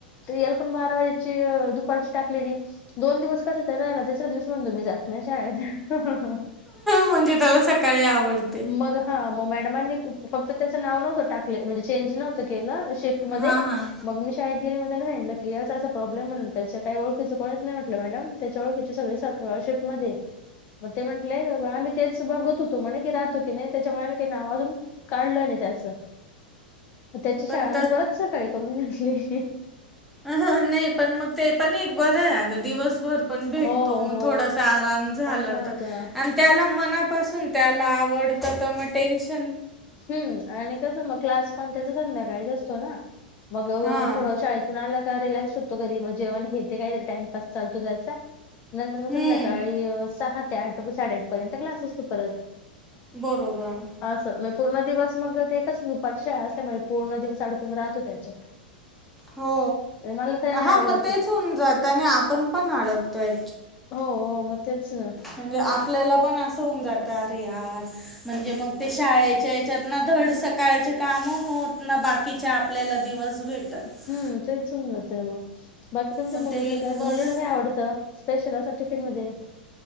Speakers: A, on the left; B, in the centre.
A: याला पण बारा वाजेची दुपारची टाकलेली. दोन दिवस कसे तर राहिला तिसऱ्या दिवशी म्हणला, मी जात नाही. शाळेत हं हं
B: म्हणजे त्याला <unintelligible> आवडते.
A: मग हा मग मॅडमांनी फक्त त्याच नाव नव्हतं टाकले, म्हणजे चेंज नव्हत केलं. शिफ्ट मध्ये
B: हां, हां.
A: मग मी शाळेत सांगितलं की अस अस प्रॉब्लेम म्हणलं, त्याच्या काही ओळखीच कोणीच नाही म्हटलं? मॅडम त्याच्या ओळखीचे सगळे सकाळी शिफ्टमध्ये मग ते म्हंटलेय? आम्ही तेच बघत होतो म्हणे. राहतो, की नाही त्याच्यामुळे आम्ही काही नाव अजून काढलं नाही त्याचं. मग त्याची शाळा
B: पण
A: मी परत, सकाळी करून घेतली.
B: अ नाही पण मग ते पण एक बरं आहे. अगं दिवसभर पण भेटतो.
A: हो हो
B: थोडासा आराम झाला,
A: पण होतो
B: तर
A: ना
B: त्या मनापासून त्याला आवडतं तर मग टेंश
A: हम्म! आणि कसं मग क्लास, पण त्याचा संध्याकाळीच असतो ना. मग
B: हां
A: थोडं शाळेतून आला. रिलॅक्स होतो. घरी म जेवण घेते. काही तरी टाइमपास चालतो त्याचा नंतर मग
B: हम्म
A: संध्याकाळी सहा ते आठ साडेआठ पर्यंत क्लास असतो, परत.
B: बरोबर.
A: असं पूर्ण दिवस मग ते कस दुपारच्या शाळा असल्या म्हणजे, पूर्ण दिवस अडकून राहतो. त्याच्यात.
B: हो
A: अरे मला तरी नाही
B: हा
A: आवडत
B: मग तेच
A: ते
B: होऊन, जात आणि आपण पण अडकतोय.
A: हो हो मग तेच ना.
B: म्हणजे आपल्याला पण असं होऊन जात. अरे यार! म्हणजे मग ते शाळेच्या याच्यात ना धड सकाळचे कामं होत. ना बाकी बाकीचे आपल्याला दिवस भेटत
A: हम्म! तेच सुंदर <unintelligible> बाकी तुमच्या
B: पण
A: मुलीच
B: ते एक
A: काय
B: बरं
A: मुलीला काय आवडतं? स्पेशल असं टिफीन मध्ये.